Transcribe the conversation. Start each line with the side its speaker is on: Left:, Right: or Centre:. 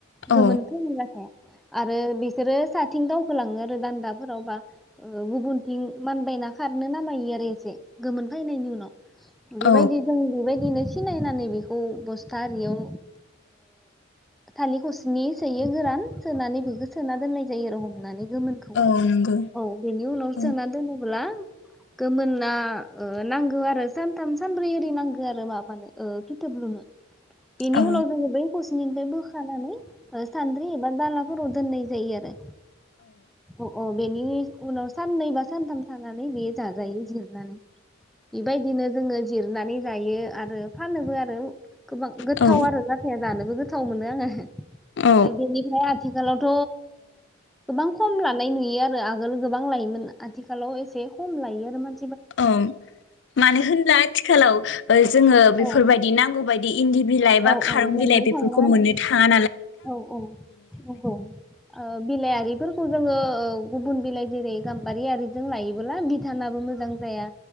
Left: औ
Centre: गोमोनथ' <unintelligible> आरो बिसोरो साथिं दावखोलाङो आरो दान्दाफोराव बा ओ गुबुनथिं मानबायना खारनो नामायो आरो एसे गोमोन फैनायनि उनाव बेबायदि
Left: औ
Centre: जों बेबायदिनो सिनायनानै बेखौ बस्था आरियाव थालिरखौसिनि सोयो गोरान सोनानै बेखौ सोना दोननाय जायो आरो हमनानै गोमोनखौ
Left: औ नंगौ
Centre: औ बेनि उनाव
Left: औ
Centre: सोना दोनोब्ला गोमोना ओ नांगौ आरो सानथाम सानब्रै ओरि नांगौ आरो माबानो ओ फिथोब लुनो बेनि
Left: औ
Centre: उनाव जोङो बै खौसिनिनिफाय बो नानै ओ सान्द्रि एबा दाला फोराव दोननाय जायो आरो। औ औ। बेनि उनाव साननै बा सानथाम थानानै बेयो जाजायो जिरनानै बेबायदिनो जोङो जिरनानै जायो आरो फानोबो आरो। गोबां गोथाव
Left: औ
Centre: आरो लाथाया जानोबो गोथाव मोनो आं बेनि
Left: औ
Centre: भाय आथिखालावथ' गोबां खम लानाय नुयो आरो आगोल गोबां लायोमोन आथिखालाव एसे खम लायो आरो मान
Left: औ मानो होनब्ला आथिखालाव ओ जोङो बेफोरबायदि
Centre: औ
Left: नांगौ बायदि इन्दि बिलाइ
Centre: औ
Left: बा खारं
Centre: मोननो
Left: बिलाइ बेफोरखौ
Centre: थांला आरो
Left: मोननो थाङ
Centre: औ औ औ नोंगौ ओ बिलाइ आरिफोरखौ जोङो औ गुबुन बिलाइ जेरै गाम्बारि आरिजों लायोबोला भिधानाबो मोजां जाया